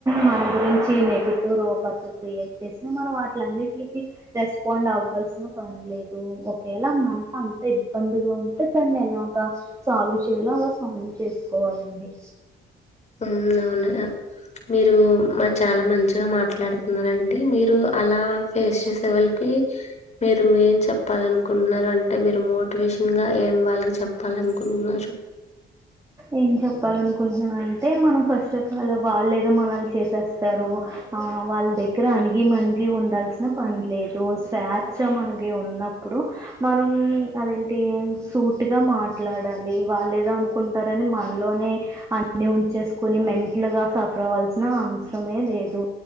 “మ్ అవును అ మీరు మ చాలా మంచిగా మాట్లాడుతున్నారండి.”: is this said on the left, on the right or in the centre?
Left